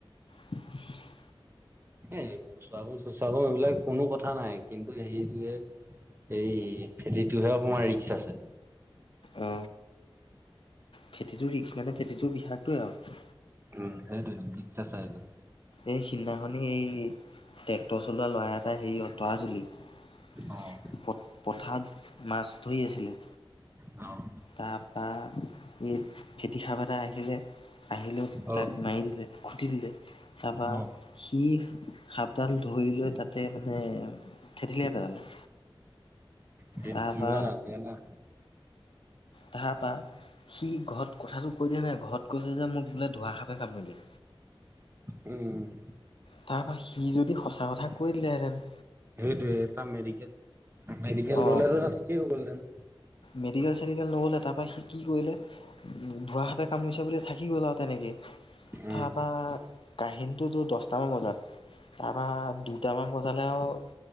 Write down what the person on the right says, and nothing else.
এ মোৰচাগম চচাগম এইবিলাক কোনো কথা নাই কিন্তু হেৰিটোহে, এই ফেটিটোহে অকণমান ৰিক্স আছে।
উম সেইটোয়েটো <unintelligible> এইটো,
অ',
অ'।
অ'।
অ',
সেইটো
কৰিব
নালাগে না,
উম
সেইটোৱে তাৰ মেডিকেল মেডিকেল
গ'লেটো তাৰ ঠিকেই হৈ গ'লহেতেন।
উম